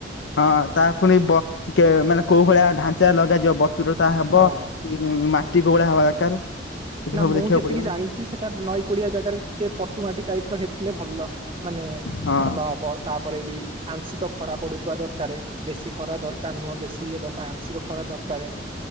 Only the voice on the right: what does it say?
ହଁ
ନା
ମୁଁ
ଯେତିକି
ଜାଣିଛି ସେଟା ନଈ କୋଡିଆ ଜାଗାରେ ଟିକେ ପଟୁମାଟି ଟାଇପ ର ହେଇଥିଲେ ଭଲ ମାନେ
ଭଲ ହବ ତାପରେ ବି ଆଂଶିକ ଖରା ପଡୁଥିବା ଦରକାରେ ବେଶୀ ଖରା ଦରକାର ନୁହଁ ବେଶୀ ଇଏ ଦରକାର ଆଂଶିକ ଖରା ଦରକାରେ